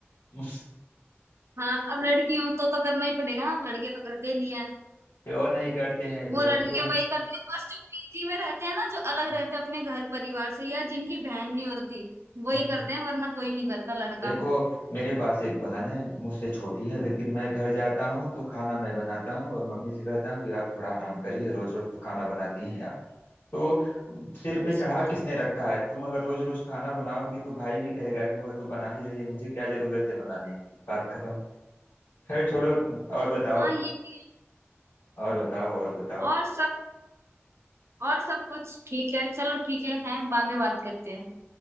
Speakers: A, on the left; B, on the right.
A: <laughs>
B: हाँ अब लड़की हूं तो तो करना ही पड़ेगा अब लड़के तो करते नहीं है
A: क्यों नहीं करते हैं
B: वो
A: लड़कियों
B: लड़के
A: ने
B: वही करते हैं बस जो पीजी में रहते हैं ना जो अलग
A: हम्म
B: रहते हैं अपने घर परिवार से या जिनकी बहन नहीं होती वही
A: हम्म।
B: करते हैं वरना कोई नहीं करता लड़का
A: देखो मेरे पास एक बहन है मुझसे छोटी है लेकिन मैं घर जाता हूँ तो खाना मैं बनाता हूँ और मम्मी से कहता हूँ कि आप थोड़ा आराम करिए रोज रोज तो खाना बनाती हैं आप तो सिर
B: अच्छा
A: पे चढ़ा किसने रखा है तुम अगर रोज रोज खाना बनाओगी तो भाई भी कहेगा कि वह तो बना ही रही है मुझे क्या जरूरत है बनाने की बात खत्म खैर छोड़ो और बताओ
B: हाँ ये भी है
A: और बताओ और बताओ
B: और सब और सब कुछ ठीक है चलो ठीक है हैं बाद में बात करते हैं